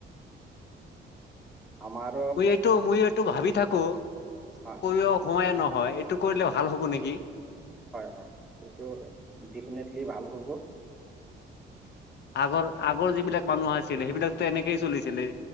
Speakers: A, in the centre; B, on the left (about 60°).
A: আমাৰ
B: মই এইটো মই এইটো ভাবি থাকোঁ,
A: হয়
B: <unintelligible> সময়ে নহয় এইটো কৰিলে ভাল হ'ব নেকি?
A: হয় হয় হয় সেইটো ডেফিনেটলি ভাল হ'ব।
B: আগৰ আগৰ যিবিলাক মানুহ আছিল সেইবিলাক ত এনেকেই চলিছিলে,
A: হয়